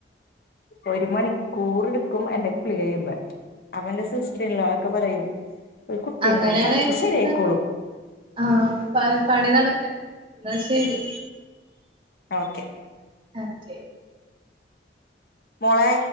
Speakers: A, on the left; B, on the right.
A: ഒരു മണിക്കൂർ എടുക്കും എന്റെ കുളി കഴിയുമ്പ അപന്റെ സിസ്റ്ററില്ലോക്കെ
B: ആഹ്
A: പറയും ഒരു കുട്ടി
B: അങ്ങനെയാണെങ്കി
A: ണ്ടാകട്ടെ ശരി ആയിക്കോളും
B: ആഹ് പ പണി നടക്കട്ടെ ന്ന ശരി
A: ഓക്കെ
B: <unintelligible>
A: മോളേ